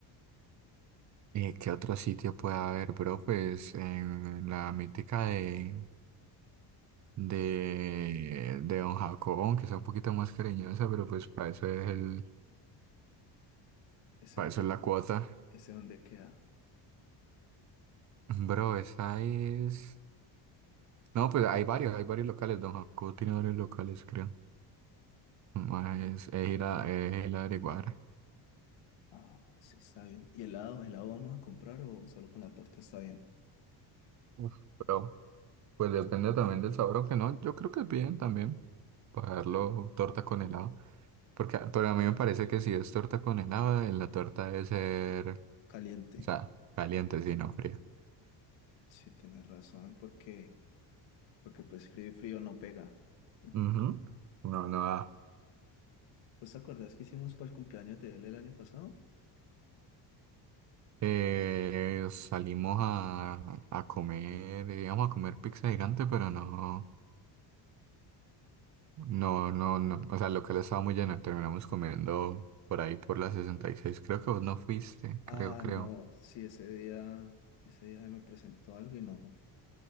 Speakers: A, on the right (about 40°); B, on the left (about 70°).
A: Eh, ¿qué otro sitio puede haber, bro? Pues en la mítica de de, de Don Jacobón, que sea un poquito más cariñosa, pero pues para eso es el,
B: Ese,
A: para eso
B: el-
A: es la cuota.
B: ese donde queda.
A: <laughs> Bro, esa es. No, pues hay varios, hay varios locales. Don Jacobo tiene varios locales, creo. Más Es, es ir a, es ir a averiguar.
B: Ah, sí, está bien. ¿Y helado? ¿Helado vamos a comprar o solo con la torta está bien?
A: Uf, Pero, pues depende también del sabor, aunque no, yo creo que es bien también. Pagarlo torta con helado. Porque, pero a mí me parece que si es torta con helado, eh, la torta debe ser,
B: Caliente.
A: o sea, caliente, si no fría.
B: Sí, tienes razón, porque, porque pues frío y frío no pega. Ujú.
A: Ujú. No, no da.
B: ¿Pues te acuerdas que hicimos para el cumpleaños de él el año pasado?
A: Eh, salimos a, a comer, íbamos a comer pizza gigante, pero no, no, no, no, o sea, lo que le estaba muy lleno, terminamos comiendo por ahí por la sesenta y seis creo que vos no fuiste,
B: Ah,
A: creo, creo.
B: no, sí, ese día, ese día se me presentó algo y no